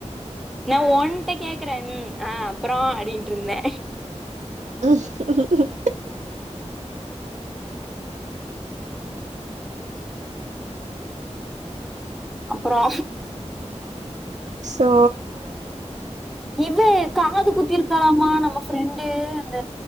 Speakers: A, in the centre; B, on the right.
A: நா ஓன்ட்ட கேக்குறே ம் ஆ அப்பறோ அப்டின்ட்டு இருந்தே
B: உம் ஆஹ
A: அப்பறோ
B: சோ
A: இது காது குத்திருக்காலாமா நம்ம ஃப்ரெண்டு அந்த